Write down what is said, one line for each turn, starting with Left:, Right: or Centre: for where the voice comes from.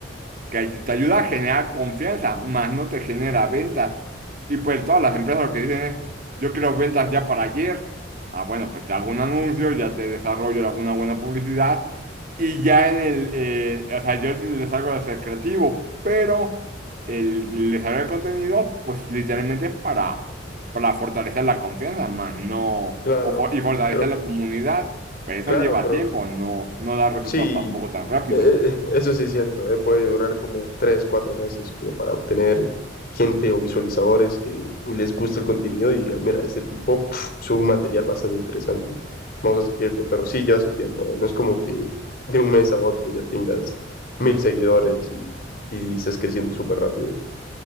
Right: que ay- te ayuda a generar confianza, más no te genera ventas. Y pues todas las empresas lo que dicen es, yo quiero ventas ya para ayer. Ah, bueno, pues te hago un anuncio, ya te desarrollo alguna buena publicidad y ya en el, eh, o sea, yo sí les hago de ser creativo, pero el desarrollo de contenido, pues literalmente es para, para fortalecer la confianza, más no,
Left: claro,
Right: o for- y fortalecer
Left: pero,
Right: la comunidad, pero eso
Left: claro,
Right: lleva
Left: pero
Right: tiempo, no, no da resultados
Left: Sí,
Right: tampoco tan rápidos.
Left: eh, eh, eso sí es cierto, eh, puede durar como tres, cuatro meses como para obtener gente o visualizadores que les guste el contenido y digan, mira, este tipo pf, sube un material bastante interesante, vamos a seguirlo, pero sí lleva su tiempo, eh, No es como que de un mes a otro ya tengas mil seguidores y, y estés creciendo súper rápido.